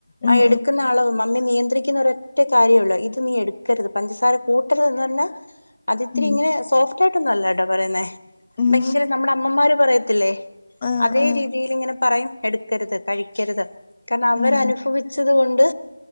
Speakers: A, on the left (about 20°); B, on the left (about 70°).
A: ഉം
B: ആ എടുക്കുന്ന ആളേ നിയന്ത്രിക്കുന്ന ഒരൊറ്റ കാര്യള്ളൂ ഇത് നീ എടുക്കരുത് പഞ്ചസാര കൂട്ടരുത് എന്ന് പറഞ്ഞാ അത്‌ത്തിരി
A: ഉം
B: ഇങ്ങനെ സോഫ്റ്റ് ആായിട്ടും നല്ല ട്ടോ പറയുന്നേ
A: ഉം
B: ഭയങ്കര നമ്മുടെ അമ്മമാര് പറയത്തില്ലേ
A: ആ
B: അതേ
A: ആ
B: രീതിൽ ഇങ്ങനെ പറയും എടുക്കരുത് കഴിക്കരുത് കാരണം അവരനുഭവിച്ചത്
A: ഉം
B: കൊണ്ട്